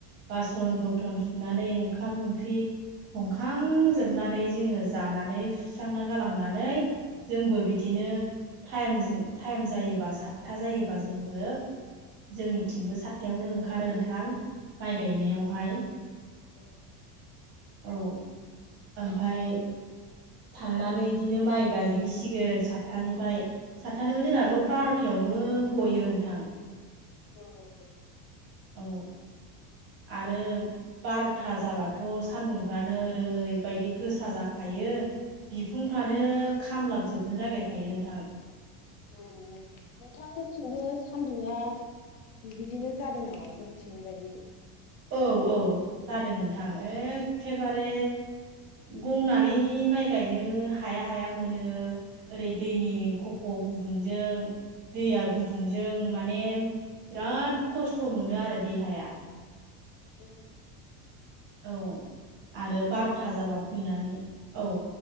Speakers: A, on the right; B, on the left.
A: बासन बरथन सुनानै ओंखाम ओंख्रि संखांजोबनानै जोङो जानानै सुस्रांना गालांनानै जोंबो बिदिनो टाइम टाइम जायोबा सातथा जायोबा जोंबो जोंनिथिंबो सातथायावनो ओंखारो नोंथां माइ गायनायावहाय
B: औ
A: औ ओमफ्राय थांनानै बिदिनो माइ गायहैसिगोन सातथानिफ्राय सातथानिफ्राय जोंहाबो बार'था थायावनो गयो नोंथां
B: औ औ
A: औ आरो बार'था जाबाथ' सान्दुंफ्रानो ओरैबायदि गोसा जाखायो। खायो बिखुंफ्रानो खामलाबजोबनो नागिरखायो नोंथां।
B: औ नोंथांनिथिंबो
A: औ
B: सान सान्दुंआ बिदिनो जादों नामा जोंथिंनि बायदि
A: औ औ जादों नोंथां एखेबारे गंनानै माइ गायनो हाया हाया मोनो ओरै दैनि खफ'आव गुदुंजों दैया गुदुंजों माने बिराद खस्थ' मोनो आरो देहाया
B: औ
A: औ आरो बार'था जाबा फैनानै औ